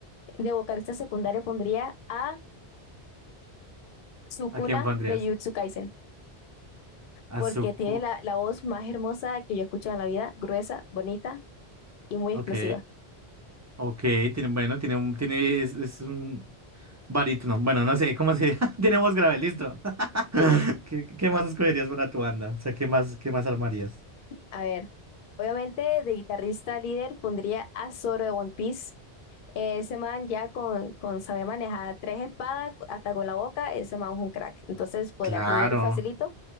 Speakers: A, on the left (about 60°); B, on the right (about 25°).
A: de vocalista secundario pondría a Sukuna
B: ¿a quién pondrías?
A: de Jujutsu Kaisen
B: A
A: porque
B: su...
A: tiene
B: cu-
A: la, la voz más hermosa que yo he escuchado en la vida, gruesa, bonita y muy
B: Ok,
A: explosiva.
B: ok, tiene, bueno, tiene un... Tiene, es, es un barítono. Bueno, no sé, ¿cómo se... <laughs> tiene voz grave, listo. <laughs>
A: Sí,
B: ¿Qué, qué más escogerías para tu banda? O sea, ¿qué más, qué más armarías?
A: a ver. Obviamente de guitarrista líder pondría a Zoro de One Piece Eh, Ese man ya con, con saber manejar tres espadas cu- hasta con la boca, ese man es un crack. Entonces podría
B: Claro.
A: aprender facilito.